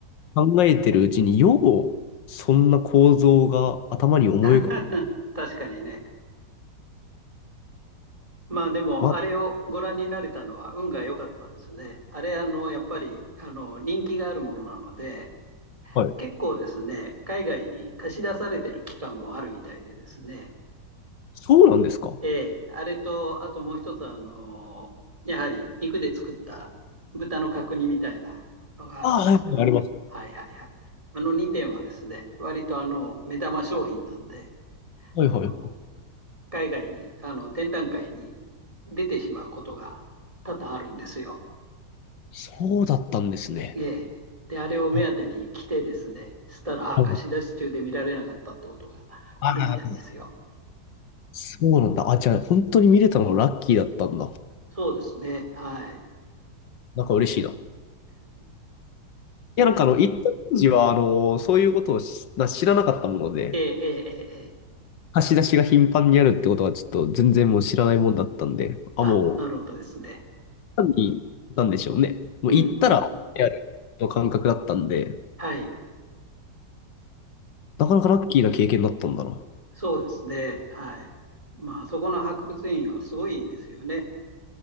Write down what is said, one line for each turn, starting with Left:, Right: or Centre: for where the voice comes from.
Left: 考えてるうちに、よう、そんな構造が頭に思い浮かぶ。
Right: <laughs> 確かにね。まあでも、
Left: ま、
Right: あれをご覧になれたのは運が良かったですね。あれ、あの、やっぱり、あの、人気があるものなので、
Left: はい。
Right: 結構ですね、海外に貸し出されてる期間もあるみたいでですね。
Left: そうなんですか
Right: ええ、あれと、あともう一つは、あの、やはり肉で作った豚の角煮みたいなのがあるんですけども、
Left: ああ、はい、はい、あります。
Right: はいはいはい。あの2点はですね、割とあの目玉商品なんで、
Left: はい、
Right: あの
Left: はい。
Right: 海外に、あの展覧会に出てしまうことが多々あるんですよ。
Left: そうだったんですね。
Right: ええ。で、あれを目当てに来てですね、
Left: あ、は
Right: したら、ああ、
Left: い
Right: 貸し出し中で見られなかったってことがあるみたいですよ。
Left: あーそうなんだ。あ、じゃあ、本当に見れたのラッキーだったんだ。
Right: そうですね、はい。<laughs>
Left: なんか嬉しいな。いや、なんかあの、一当時は、あの、そういうことをしな知らなかったもので、
Right: ええ、ええ、ええ。ええ
Left: 貸し出しが頻繁にあるってことは、ちょっと全然もう知らないもんだったんで、あ、
Right: あ、
Left: もう、
Right: なるほどですね。
Left: 単に、なんでしょうね。もう行ったら、
Right: うん、うん、うん。
Left: やるの感覚だったんで、
Right: はい。
Left: なかなかラッキーな経験だったんだな。
Right: そうですね。はい。まあ、あそこの博物院はすごいですよね。